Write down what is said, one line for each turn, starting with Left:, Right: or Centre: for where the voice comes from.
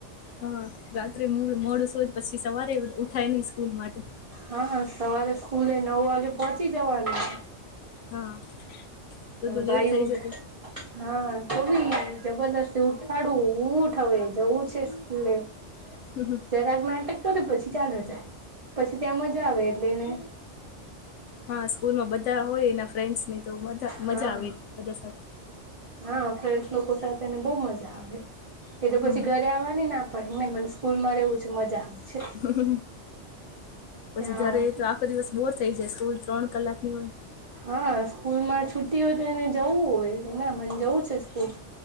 Left: હા રાત્રે મોડું સૂવે પછી સવારે ઉઠાય નહી સ્કૂલ માટે.
Right: હા, સવારે સ્કૂલે નવ વાગે પહોંચી જવાનું.
Left: હા, તો
Right: પણ
Left: તો
Right: ભાઈ
Left: લેટ થઈ
Right: ઉઠ
Left: જતી.
Right: હા, તોબી જબરદસ્તી ઉઠાડું ઉઠ હવે જવું છે સ્કૂલે. <unintelligible>
Left: હમ.
Right: જરાક માટે કરે પછી <unintelligible> પછી ત્યાં મજા આવે. એટલે એને.
Left: હા સ્કૂલમાં બધા હોય. એના ફ્રેન્ડ્સને તો બધા
Right: હા
Left: મજા આવે. બધા સાથે.
Right: હા ફ્રેન્ડસ લોકો સાથેને બહુ મજા આવે. એતો
Left: હમ
Right: પછી ઘ આવાની ના પડીને મને સ્કૂલમાં રહેવું છે મજા. છે.
Left: હમમ.. પછી
Right: હા
Left: ઘરે તો આખો દિવસ બોર થઈ જાય. સ્લ સ્કૂલ ત્રણ કલાક ની હોય.
Right: હા સ્કૂલમાં છુટ્ટી હોય. તો એને જવું હોય ના મને જવું છે સ્કૂલ.